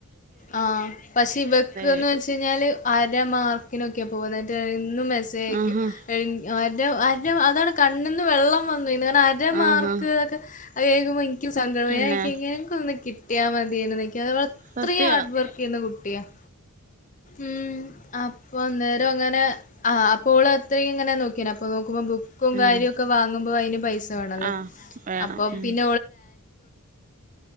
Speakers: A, on the left (about 35°); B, on the right (about 35°).
A: ആഹ പക്ഷെ ഇവക്ക്ന്ന്
B: കേട്ടു
A: വെച്ച കഴിഞ്ഞാല് അര മാർക്കിനൊക്കെ പോകുന്നായിട്ട് കഴിയുന്നു <unintelligible> ഒന്ന് മെസ്സേജ്
B: ആഹ് ആഹ്
A: അയക്കും അതാണ് കണ്ണിന്ന് വെള്ളം വന്ന് അര മാർക്ക്
B: ആഹാ
A: അതതുുമ <unintelligible> ക സങ്കടായ
B: പിന്നെ
A: ആയിക്കിങ്ങ കൊട്ട <unintelligible> ാ മതിെക്ക <unintelligible> അത്രയും
B: സത്യ
A: ഹാർഡ് വർക്ക് ചെയ്യുന്ന കുട്ടിയാണ് ഉം അ് അപ്പ അന്നേരം അങ്ങനെ ആ അപ്പോൾ അത്രയും ഇങ്ങനെ നോക്കി ന കയ
B: ഉം
A: പല്ലോ
B: ആഹ് വേണം
A: അ അ <unintelligible>
B: ഉം
A: <unintelligible>